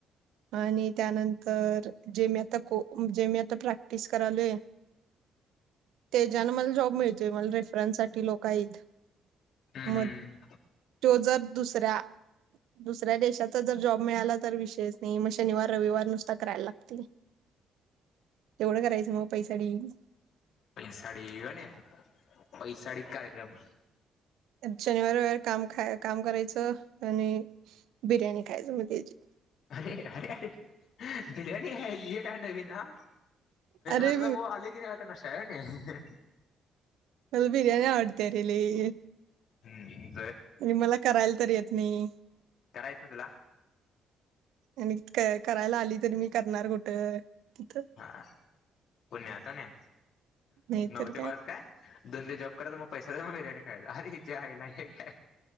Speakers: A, on the right; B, on the left.
A: आणि त्यानंतर जे म आता जे मी आता प्रॅक्टिस करालोय त्याच्यान मला जॉब मिळतय मला रेफरन. ती लोक आईत.
B: हम्म
A: म
B: हम्म
A: तो जर. दुसरा. दुसऱ्या देशाचा जर जॉब. मिळाला तर विषयच नाही मग शनिवार रविवार नुसता करायला लागतील. तेवढं करायचं मग पैसाडी. <inaudible>
B: पैसाडी गणे पैसाडी कार्यक्रम
A: शनिवार, रविवार काम खाय काम करायचं आणि बिर्याणी खायचं, मग त्याची
B: अरे-अरे-अरे बिरयाणी ह काय नवीन? हा
A: अरे
B: मतल वो अलग ही तरका का नशा हे.
A: मला बिर्याणी आवडत्यारे लई.
B: हम् हम.
A: आणि मला करायला तर येत नाही.
B: करा येत ना तुला?
A: आणि क करायला आली तरी मी करणार कुठं? तिथं
B: हा पुण्या आता न,
A: नाही
B: नऊ
A: तर
B: ते पाज काय दोन ते जॉब कत मग पैसे बर्याणी खा अरे हीज्या आईला हे काय?